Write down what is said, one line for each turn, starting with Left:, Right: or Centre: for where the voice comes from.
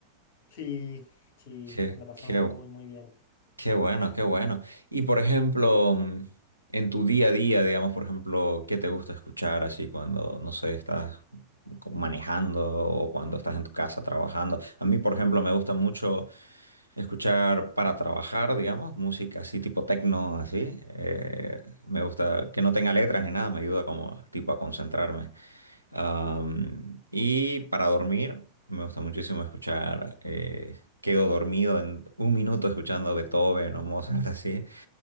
Left: Sí, sí,
Right: Qué,
Left: la pasamos
Right: qué,
Left: muy, muy bien.
Right: Qué bueno, qué bueno. Y por ejemplo, mm, en tu día a día, digamos, por ejemplo, ¿qué te gusta escuchar así cuando, no sé, estás co- manejando o cuando estás en tu casa trabajando? A mí, por ejemplo, me gusta mucho escuchar para trabajar, digamos, música así tipo techno, así. Eh, me gusta que no tenga letras ni nada, me ayuda como tipo a concentrarme. Am, y para dormir, me gusta muchísimo escuchar, eh, quedo dormido en un minuto escuchando Beethoven o Mozart, así,